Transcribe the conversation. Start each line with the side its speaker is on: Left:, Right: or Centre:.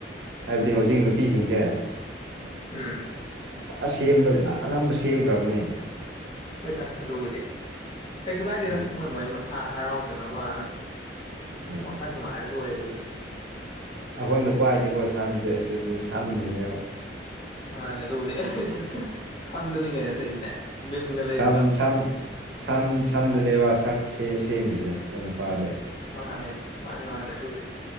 Right: ꯍꯥꯏꯕꯗꯤ ꯍꯧꯖꯤꯛ ꯅꯨꯄꯤꯁꯤꯡꯁꯦ
Left: ꯎꯝ
Right: ꯑꯁꯦꯝꯕ
Left: ꯎꯝ
Right: ꯑꯅꯝꯕ ꯁꯦꯝꯈ꯭ꯔꯕꯅꯦ
Left: ꯍꯣꯏꯗ ꯑꯗꯨꯕꯨꯗꯤ ꯀꯩꯁꯨ ꯀꯥꯏꯗꯦꯗ
Right: ꯎꯝ
Left: ꯃꯣꯏ ꯃꯣꯏ ꯃꯁꯥ ꯍꯔꯥꯎꯖꯅꯕꯅ
Right: ꯎꯝ
Left: ꯋꯥꯈꯟ ꯅꯨꯡꯉꯥꯏꯔ ꯂꯣꯏꯔꯦ ꯑꯗꯨꯅꯦ
Right: ꯑꯩꯈꯣꯏ ꯅꯨꯄꯥꯒꯤꯗꯤꯀꯣ ꯁꯝꯁꯦ ꯑꯦꯁꯤꯁꯅꯤ ꯁꯝꯁꯤꯅꯦꯕ
Left: ꯃꯥꯅꯦ ꯑꯗꯨꯕꯨꯗꯤ <unintelligible> ꯁꯝꯗꯅꯤ ꯀꯩꯅꯣꯇꯧꯔꯤꯁꯤꯗꯦ ꯃꯤꯝꯒ ꯂꯩꯕꯗꯣ
Right: ꯁꯝ ꯁꯝ ꯁꯝ ꯁꯝꯗꯅꯦꯕ ꯁꯛ ꯁꯦ ꯁꯦꯝꯃꯤꯁꯦ ꯑꯩꯈꯣꯏꯅ ꯅꯨꯄꯥꯗꯤ
Left: ꯃꯥꯅꯦ ꯃꯥꯅꯦ ꯃꯥꯅꯦ ꯑꯗꯨꯕꯨꯗꯤ